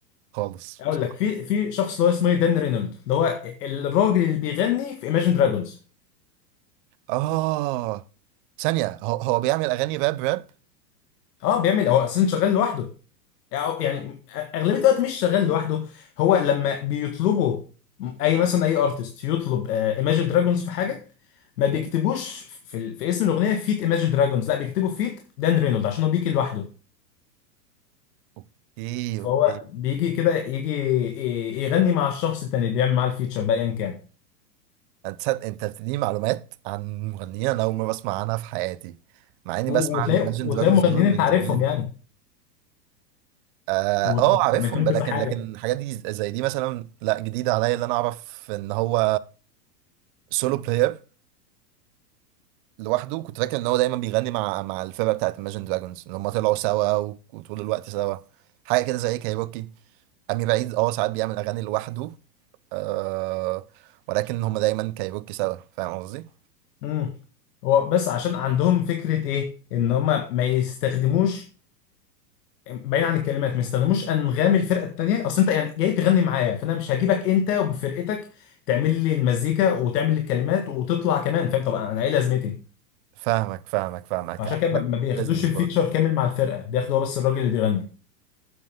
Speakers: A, on the right; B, on the left.
A: خالص
B: اقول
A: بصراحه
B: لك في في شخص اللي هو اسمه إيه؟ دان رينولد اللي هو الراجل اللي بيغني في ايماجن دراجونز
A: اه ثانيه هو, هو بيعمل اغاني راب راب
B: اه بيعمل هو اساسا شغال لوحده أو يعني اغلبيه الوقت مش شغال لوحده هو لما بيطلبوا اي مثلا اي ارتست يطلب ايماجن دراجونز في حاجه ما بيكتبوش
A: مم.
B: في, ال- في اسم الاغنيه فيت ايماجن دراجونز لا بيكتبوا فيت دان رينولد عشان هو بيجي لوحده
A: اوكي
B: فهو
A: اوكي
B: بيجي كده يجي ي- يغني مع الشخص التاني اللي بيعمل معاه الفيتشر بقى ايا كان
A: انت صد- انت بتديني معلومات عن مغنيين انا اول مره بسمع عنها في حياتي مع اني
B: و-
A: بسمع
B: وتلاقي
A: الايماجن
B: وتلاقي
A: دراجونز
B: مغنيين
A: دول من
B: انت عارفهم
A: زمان
B: يعني
A: اه
B: وعملتهم
A: آه، عارفهم بقى،
B: كذا
A: لكن
B: حاجه
A: لكن الحاجات دي زي دي مثلا لا جديده عليا اللي انا اعرف ان هو سولو بلاير لوحده كنت فاكر ان هو دايما بيغني مع مع الفرقه بتاعت Imagine Dragons ان هم طلعوا سوا و- وطول الوقت سوا حاجه كده زي كايروكي امير عيد اه ساعات بيعمل اغاني لوحده آه ولكن هم دايما كايروكي سوا فاهم قصدي
B: امم هو بس عشان عندهم فكره ايه ان هم ما يستخدموش بعيد عن الكلمات ما يستخدموش انغام الفرقه التانيه اصل انت يعني جاي تغني معايا فانا مش هجيبك انت وبفرقتك تعمل لي المزيكا وتعمل لي الكلمات وتطلع كمان فاهم طب انا ايه لازمتي
A: فاهمك فاهمك فاهمك
B: عشان
A: احنا
B: كده ما ما بياخدوش
A: بزنس
B: الفيتشر
A: برضه
B: كامل مع الفرقه بياخدوا هو بس الراجل اللي بيغني